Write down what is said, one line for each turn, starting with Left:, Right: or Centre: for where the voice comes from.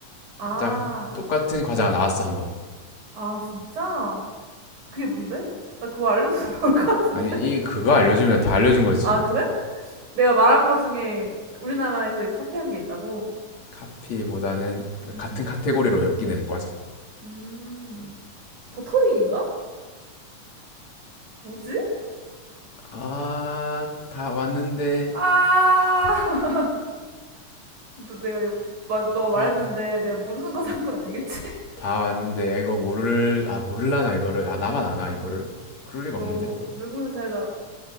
Right: 아.
Left: 딱 똑같은 과자가 나왔어 한번.
Right: 아, 진짜? 그게 뭔데? 나 그거 알려줘서 <laughs> 좋을 것 같은데.
Left: 아니 이 그거 알려주면 다 알려준 거지.
Right: 아, 그래? 내가 말한 거 중에 우리나라에서 카피한 게 있다고?
Left: 카피보다는
Right: 음.
Left: 같은 카테고리로 엮이는 과자.
Right: 음. 음. 버터링인가? 뭐지?
Left: 아아다 왔는데
Right: 아. <laughs> 너 내가 이거 마- 너가 말했는데
Left: 다
Right: 내가 모르는 거 산 건 아니겠지?
Left: 다 왔는데 아, 이거 모를 아 모를라나 이거를 아 나만 아나 이거를
Right: <laughs>
Left: 그럴 리가
Right: 너
Left: 없는데.
Right: 외국에서 살다.